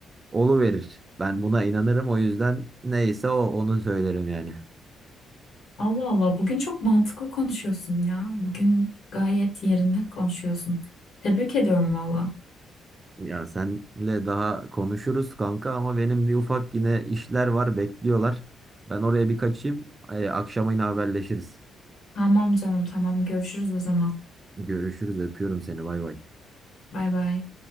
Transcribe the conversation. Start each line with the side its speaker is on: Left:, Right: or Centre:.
Right: verir. Ben buna inanırım o yüzden neyse o onu söylerim yani.
Left: Allah Allah bugün çok mantıklı konuşuyorsun ya. Bugün gayet yerinde konuşuyorsun. Tebrik ediyorum valla.
Right: Ya senle daha konuşuruz kanka ama benim bir ufak yine işler var bekliyorlar. Ben oraya bir kaçayım. e, akşama yine haberleşiriz.
Left: Tamam canım tamam görüşürüz o zaman.
Right: Görüşürüz. Öpüyorum seni. Bay bay.
Left: Bay bay.